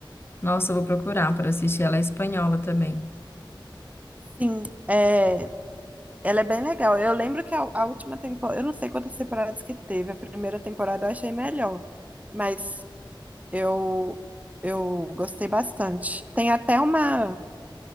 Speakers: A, on the left (about 25°); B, on the right (about 15°).
A: Nossa, eu vou procurar para assistir. Ela é espanhola também.
B: Sim, é. Ela é bem legal. Eu lembro que a, a última temporada, eu não sei quantas temporadas que teve, a primeira temporada eu achei melhor, mas eu eu gostei bastante. Tem até uma